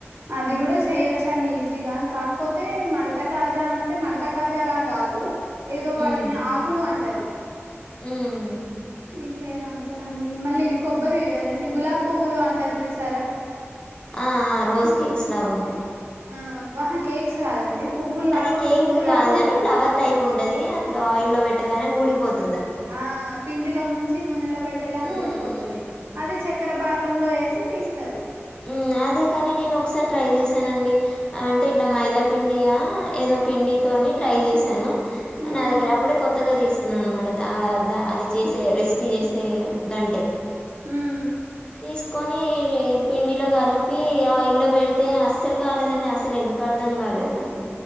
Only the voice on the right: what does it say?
అది గుడా చెయ్యొచ్చండి ఈజీగా, కాకపోతే మడత కాజా అంటే మడత కాజాలాగ్గాదు. ఏదో వాటిని
ఆకులు అంట్ ట్టరు
వీట్నీదో అంటరండి మళ్ళీ కొబ్బరి ఏంటి గులాబ్పువ్వులు అంటరు జూసార?
ఆ పహ కేక్స్ కాదండి పువ్వుల్లాగా
ఉం-
పువ్వులాగా
ఉంటది
ఆ పిండిలో ముంచి నూనెలో పెట్టగానే
ఊడిపోతది,
అది చక్కెర పాకంలో ఏసి తీస్తరు
ఉమ్
హ్మ్